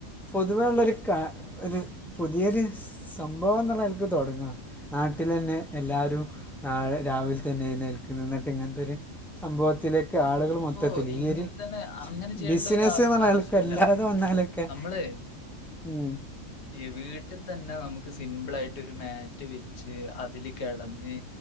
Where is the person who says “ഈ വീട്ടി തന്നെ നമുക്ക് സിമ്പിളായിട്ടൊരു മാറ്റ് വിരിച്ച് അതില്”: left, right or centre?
Left